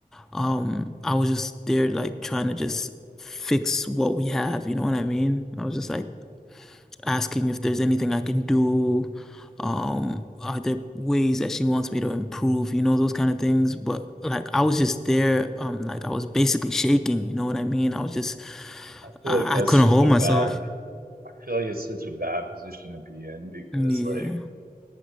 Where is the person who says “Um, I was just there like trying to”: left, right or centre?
Centre